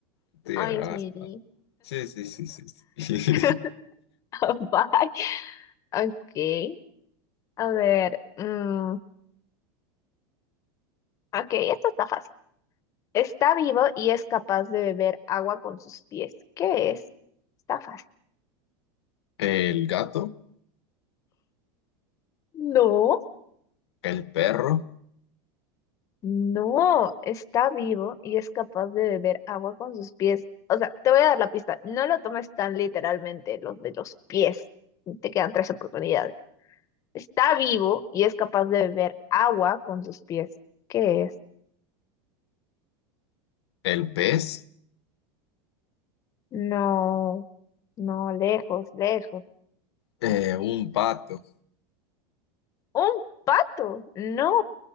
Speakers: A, on the left; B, on the left.
A: Entiendo
B: Ay,
A: con
B: Smitty.
A: las paz. Sí, sí, sí, sí, sí.
B: <laughs> Bye. Ok. A ver. mm, ok, esto está fácil. Está vivo y es capaz de beber agua con sus pies. ¿Qué es? Está fácil.
A: <laughs> El gato,
B: No,
A: el perro,
B: no. Está vivo y es capaz de beber agua con sus pies. O sea, te voy a dar la pista. No lo tomes tan literalmente, los de los pies. Te quedan tres oportunidades. Está vivo y es capaz de beber agua con sus pies. ¿Qué es?
A: el pez,
B: No, no, lejos, lejos.
A: eh, un pato.
B: ¡Un pato! No,